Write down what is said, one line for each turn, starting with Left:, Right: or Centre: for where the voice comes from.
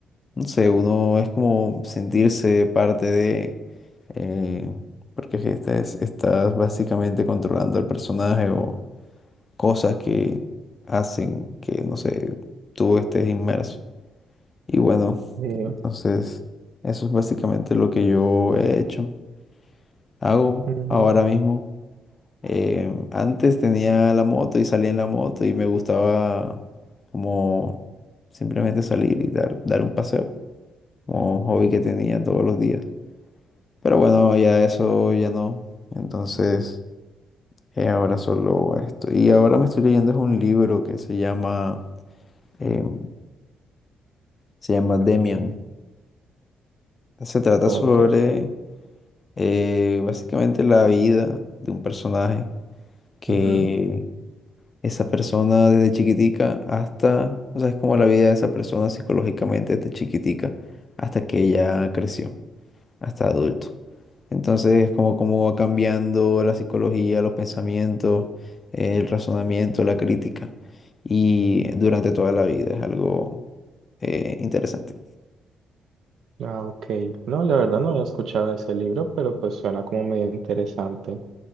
Left: no sé, uno es como sentirse parte de, eh, porque es que estás, estás básicamente controlando al personaje o cosas que hacen que, no sé, tú estés inmerso. Y bueno,
Right: Sí.
Left: entonces eso es básicamente lo que yo he hecho, hago
Right: Ujú.
Left: ahora mismo. Eh, antes tenía la moto y salía en la moto y me gustaba como simplemente salir y dar, dar un paseo, como un hobby que tenía todos los días. Pero bueno, ya eso ya no. Entonces, eh, ahora solo esto. Y ahora me estoy leyendo es un libro que se llama em, Se llama Demian. Se trata
Right: Ok.
Left: sobre eh, básicamente la vida de un personaje que
Right: Ujú.
Left: esa persona desde chiquitica hasta, o sea, es como la vida de esa persona psicológicamente desde chiquitica hasta que ella creció, hasta adulto. Entonces es como cómo va cambiando la psicología, los pensamientos, el razonamiento, la crítica y durante toda la vida es algo eh, interesante.
Right: Ah, ok. No, la verdad no había escuchado de ese libro, pero pues suena como medio interesante.